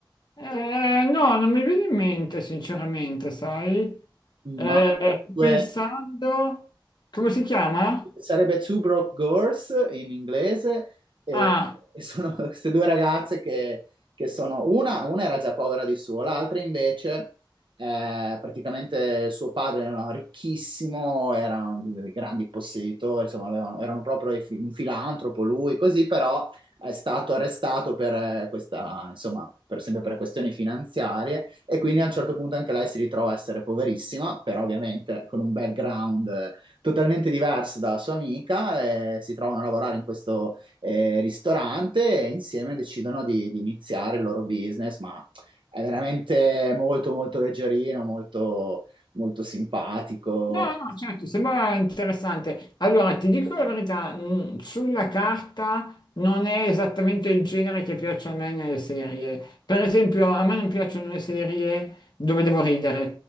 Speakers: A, on the left; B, on the right.
A: Eh, no, non mi viene in mente, sinceramente, sai? Eh,
B: ma
A: sto
B: due
A: pensando, come si chiama?
B: sarebbe Two Broke Girls in inglese, e,
A: Ah,
B: e sono <laughs> queste due ragazze che, che sono, una, una era già povera di suo, l'altra invece, eh, praticamente suo padre era ricchissimo, era un dei grandi posseditori, insomma, avevano- erano proprio i fi- un filantropo lui, così, però è stato arrestato per eh, questa, insomma, per, sempre per questioni finanziarie e quindi a un certo punto anche lei si ritrova a essere poverissima, però ovviamente con un background eh, totalmente diverso dalla sua amica, eh, si trovano a lavorare in questo eh, ristorante e insieme decidono di, di iniziare il loro business, ma è veramente molto molto leggerino, molto, molto simpatico.
A: No, no, certo, sembra interessante. Allora, ti dico la verità, mh, sulla carta non è esattamente il genere che piace a me nelle serie. Per esempio, a me non piacciono le serie dove devo ridere.